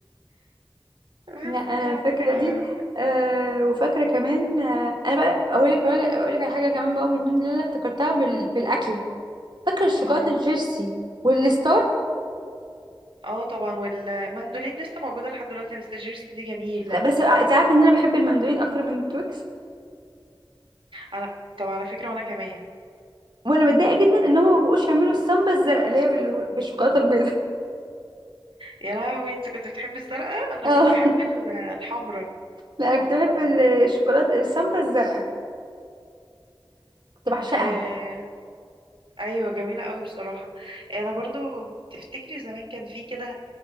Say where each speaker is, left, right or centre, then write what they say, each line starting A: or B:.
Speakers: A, on the right (about 80°); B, on the right (about 60°).
A: بس
B: لا انا
A: يعني
B: فاكره
A: ف مم.
B: دي آه وفاكره كمان آه انا بقى اقول لك كمان اقول لك على حاجه كمان بقى من ضمن اللي انا افتكرتها بال... في الاكل فاكره الشوكولاته
A: مم.
B: الجيرسي والستار
A: اه طبعا والمندولين لسه موجودة لحد دلوقتي بس الجيرسي دي جميلة
B: بس انت عارفه ان انا بحب المندولين اكتر من التويكس
A: انا طب على فكرة وانا كمان
B: وانا متضايقه جدا ان هم ما بقوش يعملوا السامبا الزرقاء اللي هي بال- بالشوكولاته البيضاء
A: يا لهوي انت كنت بتحبي الزرقاء
B: <laughs>
A: انا
B: اه
A: كنت بحب ال- الحمراء
B: لا انا كنت بحب الشوكولاته السامبا الزرقاء كنت بعشقها
A: آه... ايوه جميلة قوي بصراحة انا برضو تفتكري زمان كان في كده